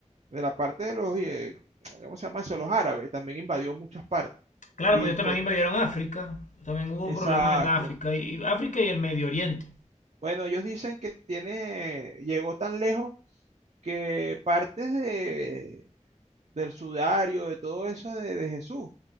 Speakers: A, on the right; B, on the left.
A: de la parte de los, eh, ¿cómo se llama eso? Los árabes, también invadió muchas partes.
B: Claro,
A: Y
B: pues ellos
A: fue,
B: también invadieron África, también hubo
A: exacto.
B: problemas en África, y, y África y el Medio Oriente.
A: Bueno, ellos dicen que tiene, llegó tan lejos que partes de, del sudario, de todo eso de, de Jesús.